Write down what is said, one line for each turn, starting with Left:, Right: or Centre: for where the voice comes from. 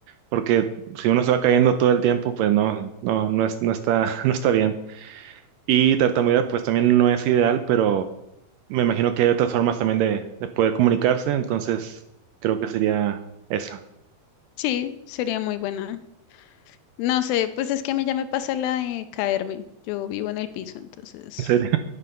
Right: porque si uno se va cayendo todo el tiempo, pues no, no, no es, no está, <laughs> no está bien. Y tartamudear, pues también no es ideal, pero me imagino que hay otras formas también de, de poder comunicarse, entonces creo que sería esa.
Left: Sí, sería muy buena. No sé, pues es que a mí ya me pasa la de caerme. Yo vivo en el piso, entonces
Right: ¿En serio?